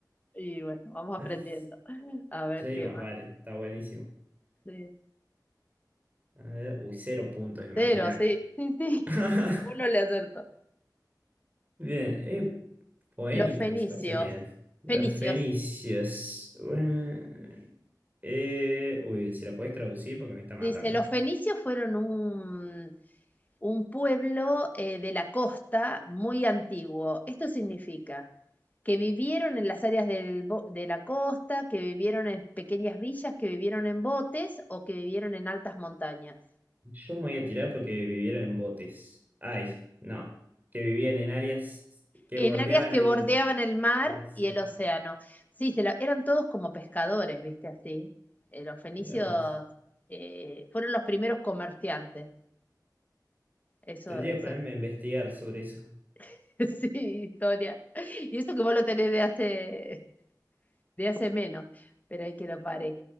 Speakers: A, on the left (about 25°); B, on the right (about 25°).
A: Y bueno, vamos
B: <laughs>
A: aprendiendo. A ver
B: Sí,
A: qué
B: más
A: más.
B: vale, está buenísimo.
A: Sí,
B: A ver, uy, cero puntos, imagínate.
A: Cero, sí, sí, sí. <laughs>
B: <laughs>
A: Ninguno le acertó.
B: Bien, eh, Phoenicians,
A: Los fenicios.
B: ¿cuáles serían? Los
A: Fenicios.
B: fenicios. Eh, eh, uy, si la podés traducir porque me está matando.
A: Dice, los fenicios fueron un, un pueblo eh, de la costa muy antiguo. Esto significa que vivieron en las áreas del bo- de la costa, que vivieron en pequeñas villas, que vivieron en botes o que vivieron en altas montañas.
B: Yo me voy a tirar porque vivieron en botes. Ay, no. Que vivían en áreas que
A: En
B: bordeaban
A: áreas que
B: el,
A: bordeaban el mar
B: el océano.
A: y el océano. Sí, se la- eran todos como pescadores, ¿viste? Así. Eh, los fenicios
B: Mira vos.
A: eh, fueron los primeros comerciantes. Eso,
B: Tendría
A: eso
B: que ponerme a investigar sobre eso.
A: <laughs> sí, historia. Y eso que vos lo tenés de hace, de hace menos, pero hay que lo pare